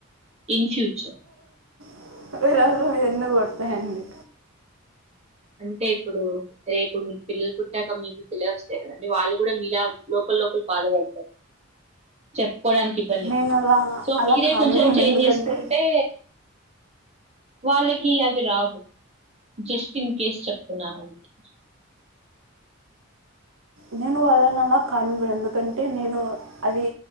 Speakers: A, on the right; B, on the right.
A: ఇన్ ఫ్యూచర్
B: <inaudible> మీరు ఎన్నో కొడతాయండి
A: అంటే ఇప్పుడు రేపు మీ పిల్లలు పుట్టాక మీ బుద్ధిలే వస్తాయి కదండి వాళ్ళు కూడా మీలా లోపల లో లోపల బాధపడతారు చెప్ కోడాలనికి ఇబ్బంలే
B: నేను అలా
A: సో
B: అలా
A: మీరే
B: కానివ్వను
A: కొంచెం చేంజ
B: ఎందుకంటే
A: చేసుకుంటే వాళ్ళకి అవి రావు జస్ట్ ఇన్ కేస్ చెప్తున్నాను అంతే
B: నేను వాళ్ళని అన్నా కానువేదుకంటే నేను అది